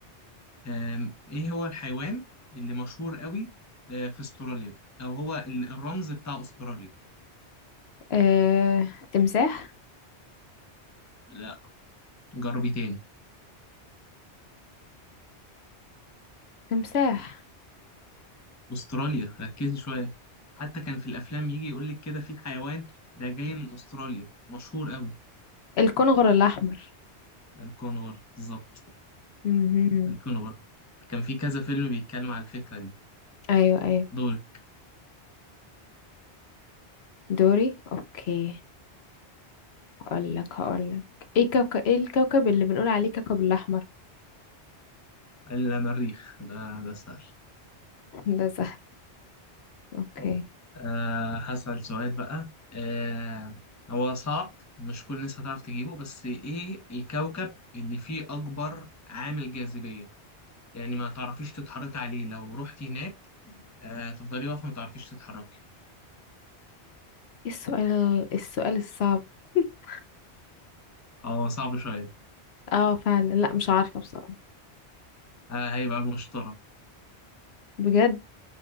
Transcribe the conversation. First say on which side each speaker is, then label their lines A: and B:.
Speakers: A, on the left; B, on the left.
A: آم، إيه هو الحيوان اللي مشهور قوي آه، في أستراليا أو هو ال- الرمز بتاع أستراليا؟
B: آه، تمساح
A: لا جربي تاني
B: تمساح
A: أستراليا ركزي شوية حتى كان في الأفلام يجي يقول لك كده في حيوان ده جاي من أستراليا مشهور قوي
B: الكنغر الاحمر
A: ده الكونغر بالظبط
B: امم
A: الكونغر كان في كذا فيلم بيتكلم على الفكرة دي
B: ايوه ايوه
A: دول
B: دوري اوكي هقول لك هقول لك ايه كوكب ايه الكوكب اللي بنقول عليه كوكب الاحمر
A: المريخ ده ده سهل
B: <laughs> ده سهل اوكي
A: اه أه هسأل سؤال بقى أه هو صعب مش كل الناس هتعرف تجيبه بس ايه الكوكب اللي فيه أكبر عامل جاذبية يعني ما تعرفيش تتحركي عليه لو رحتي هناك أه تفضلي واقفة ما تعرفيش تتحركي
B: ايه السؤال السؤال الصعب <laughs>
A: اه صعب شوية
B: اه فعلا لا مش عارفه بصراحه
A: أه هيبقى المشتري
B: بجد